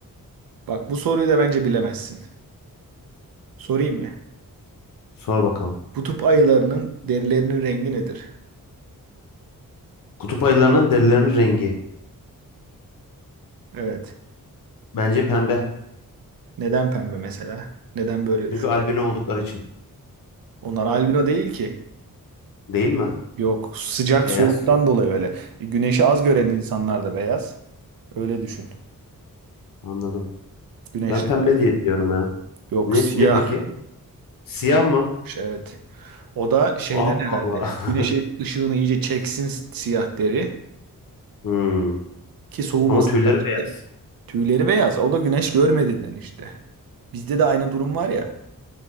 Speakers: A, on the right (about 75°); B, on the left (about 70°).
A: Bak bu soruyu da bence bilemezsin. Sorayım mı?
B: Sor bakalım.
A: Kutup ayılarının derilerinin rengi nedir?
B: Kutup ayılarının derilerinin rengi.
A: Evet.
B: Bence pembe.
A: Neden pembe mesela? Neden böyle
B: Çünkü
A: düşün?
B: albino oldukları için.
A: Onlar albino değil ki.
B: Değil mi?
A: Yok, sıcak
B: Beyaz.
A: soğuktan dolayı öyle. Güneşi az gören
B: Hmm,
A: insanlar da beyaz. Öyle düşün.
B: anladım.
A: Güneşli.
B: Ben pembe diye diyorum ya.
A: Yok,
B: Ne,
A: siyah.
B: ne peki? Siyah mı?
A: Evet. O da şeyden
B: Allah
A: herhalde.
B: Allah.
A: Güneş
B: <laughs>
A: ışığını iyice çeksin siyah deri
B: Hmm.
A: ki soğumasın.
B: Ama tüyleri
A: gerçekten.
B: beyaz.
A: Tüyleri beyaz. O da güneş görmediğinden işte. Bizde de aynı durum var ya.